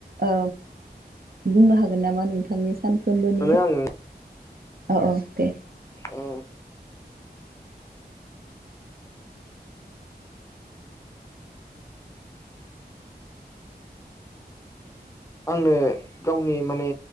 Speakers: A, on the right (about 60°); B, on the left (about 15°).
A: ओ बुंनो हागोन नामा नोंथांनि सानफ्रोमबोनि
B: माने आं
A: औ औ दे
B: ओ आंनो गावनि माने